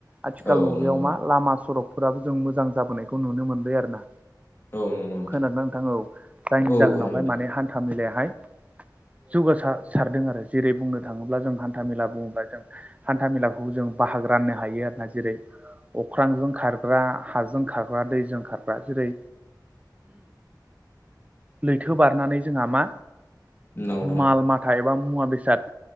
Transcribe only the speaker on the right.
आथिखाल
मुगायाव
मा लामा सरकफोराबो जों मोजां जाबोनायखौ नुनो मोनबाय आरो ना।
खोनादों नोंथां औ जायनि
जाहोनावहाय
माने हान्था मेलायाहाय जौगासार सारदों आरो जेरै बुंनो थाङोब्ला जों हान्था मेला बुङोब्ला जों हान्था मेलाखौ जों बाहागो राननो हायो आरो ना जेरै अख्रांजों खारग्रा हाजों खारग्रा दैजों खारग्रा जेरै लैथो बारनानै जोंहा मा
माल माथा एबा मुवा बेसाद